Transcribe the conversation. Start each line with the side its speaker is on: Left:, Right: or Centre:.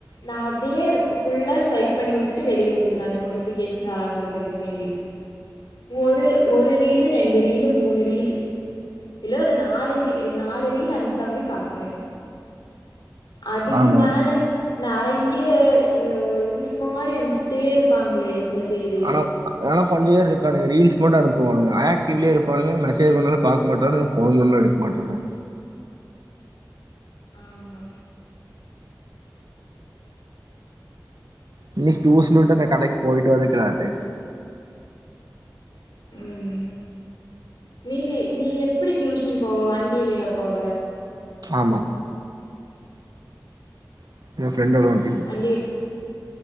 Left: நா அப்படியே ஃபுல்லா ஸ்வைப் பண்ணி விட்டுட்டு வெளியே வந்துருக்கவே அந்த நோட்டிஃபிகேஷன் வராம இருக்கிறதுக்கு வேண்டி ஒரு ஒரு ரீலு ரெண்டு ரீல மூணு ரீல் இல்ல ஒரு நாலு ரீ நாலு ரீல் அனுச்சா கூட பாக்குவே அதுக்கு
Right: ஆமா
Left: மேல நறையி ஏ ஒர் லுஸ் மாதிரி அமுச்சுக்கிட்டே இருப்பாங்களே சில பேரு
Right: ஆனா அதனா கொஞ்ச பேர் இருக்கானு ரீல்ஸ் தோட அனுப்புவானுங்க ஆக்டிவ்லயே இருப்பானுங்க மெசேஜ் பண்ணாலு பாக்க மாட்டானுக ஃபோன் பண்ணாலு எடுக்க மாட்டானுங்க
Left: ஆமா
Right: இன்னைக்கு டூஸன் வுட்டு இந்த கடைக்கு போயிட்டு வரதுக்லேட்டாயிச்
Left: ம் நீதி நீ எப்படி டியூஷன் போவ வண்டியிலயா போவ
Right: ஆமா <unintelligible> ஃப்ரெண்டோட வண்டில
Left: வண்டி